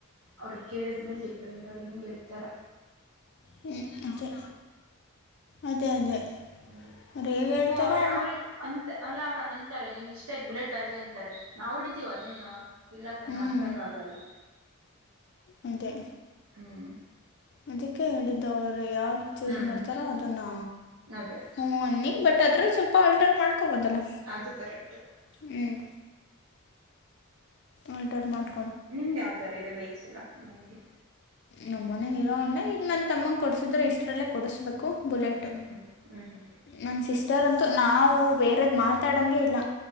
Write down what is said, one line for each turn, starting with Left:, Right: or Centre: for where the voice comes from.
Right: ಅವ್ರು ಕೇಳಿದ್ಮೇಲೆ ಡಿಪೆಂಡ್ ಅವ್ರು ಹಿಂಗೆ ಹೇಳ್ತಾರೆ.
Left: ಹ್ಮ ಅದೇ ಅದೇ ಅದೇ.
Right: ಹ್ಮ್.
Left: ಅವ್ರ ಹೇಗೆಲ್ತಾರೋ
Right: ಅವ್ರಗ್
Left: -
Right: ಅಂತ ಅಲ್ಲ ಅವ್ರಂಗ ಅಂತಾರೆ ನೀವ್ ಇಷ್ಟ ಆಯ್ ಬುಲೆಟ್ ತಳ್ರಿ ಅಂತಾರೆ ನಾವು ಹೊಡಿತೀವ ಅದ್ನೇನಾ. ಇಲ್ಲತ್ತ
Left: ಹ್ಞೂ
Right: ನಮ್ಮ ಕೈಗ ಆಗಲ್ಲ.
Left: ಅಂದೆ.
Right: ಹ್ಮ್.
Left: ಅದಕ್ಕೆ ಹೇಳಿದ್ದವರು ಯಾವ್ದ ಚೂಸ್
Right: ಹ್ಞೂ
Left: ಮಾಡ್ತಾರ ಅದನ್ನ.
Right: ಅದೇ
Left: ಹೂ ಅನ್ನಿ ಬಟ್ ಅದ್ರಲ್ಲಿ ಸ್ವಲ್ಪ ಆಲ್ಟರ್ ಮಾಡ್ಕೊಬೋದಲ್ಲ.
Right: ಅದು ಕರೆಕ್ಟ.
Left: ಹ್ಮ್. ವಾಲ್ಟರ್ ಮಾಡು.
Right: ನಿಮ್ದು ಯಾವಥರ ಇದೆ ಬೈಕ್ಸ್ ಎಲ್ಲ ಮನೆಯಲ್ಲಿ.
Left: ನಮ್ಮನೇ ಇರೋಣ್ಣ ಈಗ ನನ್ ತಮ್ಮಂಗ ಕೊಡ್ಸಿದ್ರೆ ಇಷ್ಟ್ರಲ್ಲೇ ಕೊಡಸ್ಬೇಕು- ಕೊ ಬುಲೆಟ್.
Right: ಹ್ಞೂ ಹ್ಞೂ ಹ್ಞೂ ಹ್ಞೂ
Left: ನನ್ನ ಸಿಸ್ಟರ್ ಅಂತೂ ನಾವು ಬೇರದ ಮಾತಾಡಂಗೆ ಇಲ್ಲ.